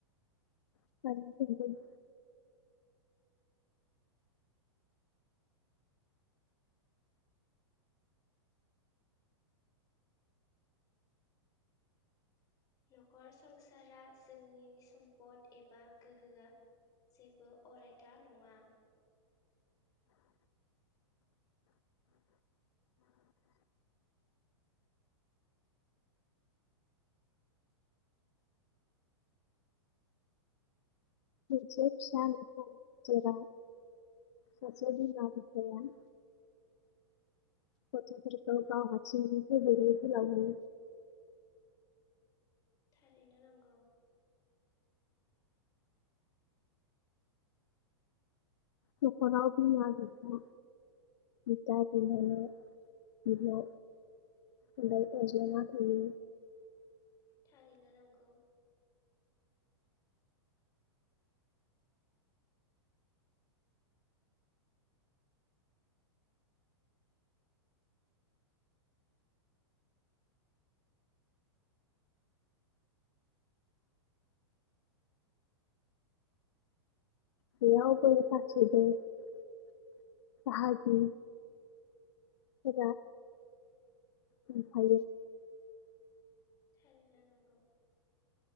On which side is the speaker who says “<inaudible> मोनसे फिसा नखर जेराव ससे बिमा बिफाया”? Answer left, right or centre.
Left